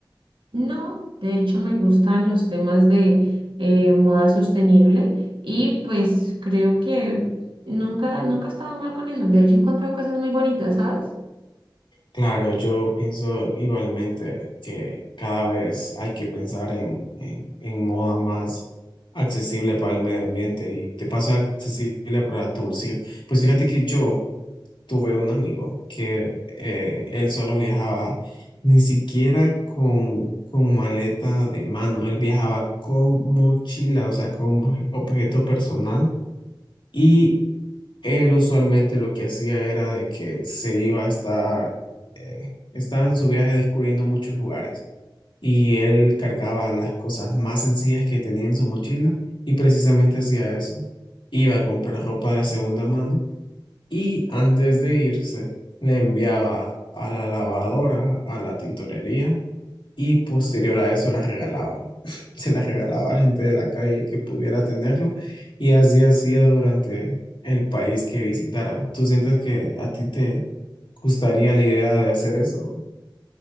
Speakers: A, on the right (about 75°); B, on the left (about 70°).
A: No, de hecho me gustan los temas de eh, moda sostenible y pues creo que nunca, nunca he estado mal con eso. De hecho he encontrado cosas muy bonitas, ¿sabes?
B: Claro, yo pienso igualmente que cada vez hay que pensar en, en, en moda más accesible para el medio ambiente y te paso accesible para tu bolsillo. Pues fíjate que yo tuve un amigo que eh, él solo viajaba ni siquiera con, con maleta de mano, él viajaba con mochila, o sea, con un obje- objeto personal y él usualmente lo que hacía era de que se iba a estar, eh, estaba en su viaje descubriendo muchos lugares y él cargaba las cosas más sencillas que tenía en su mochila y precisamente hacía eso. Iba a comprar ropa de segunda mano y antes de irse le enviaba a la lavadora, a la tintorería y posterior a eso la regalaba. <laughs> Se la regalaba a gente de la calle que pudiera tenerla y así hacía durante el país que visitara. ¿Tú sientes que a ti te gustaría la idea de hacer eso?